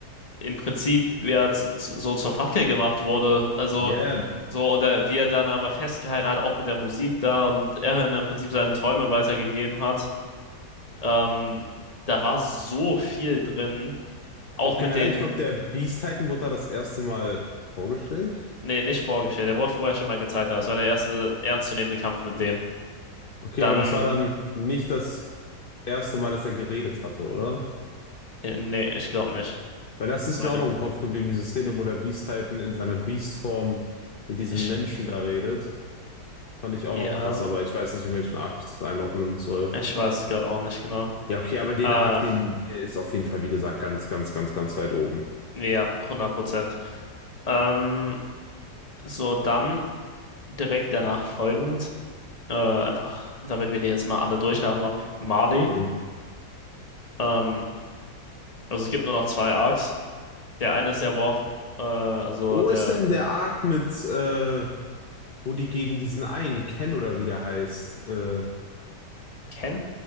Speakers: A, on the left; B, on the left.
A: im Prinzip ja z- z- so zur Fackel gemacht wurde. Also,
B: Ja, ja.
A: so, oder wie er dann aber festgehalten hat, auch mit der Musik da und er im Prinzip seine Träume weitergegeben hat. Ähm, da war so viel drin, auch
B: Auch generell,
A: mit den,
B: ich glaube, der Beast Titan wurde da das erste Mal vorgestellt.
A: nee, nicht vorgestellt, der wurde vorher schon mal gezeigt, aber das war der erste ernstzunehmende Kampf mit dem.
B: Okay,
A: Dann,
B: aber das war dann nicht das erste Mal, dass er geredet hatte, oder?
A: äh, nee, ich glaube nicht.
B: Weil das ist
A: Ich meine,
B: mir auch noch im Kopf geblieben, diese Szene, wo der Beast Titan in seiner Beast-Form mit diesem
A: ich,
B: Menschen da redet. Fand ich
A: ja,
B: auch noch krass, aber ich weiß nicht, in welchen Arc ich das einordnen soll.
A: ich weiß es gerade auch nicht genau.
B: Ja, okay, aber den
A: Äh,
B: Arc, den der ist auf jeden Fall, wie gesagt, ganz, ganz, ganz, ganz weit oben.
A: ja, hundert Prozent. Ähm, so, dann direkt danach folgend, äh, einfach, damit wir die jetzt mal alle durch haben, noch Marley.
B: Hm.
A: Ähm, also es gibt nur noch zwei Arcs. Der eine ist der War, äh, also
B: Wo
A: der
B: ist denn der Arc mit, äh, wo die gegen diesen einen Ken oder wie der heißt? Äh,
A: Ken?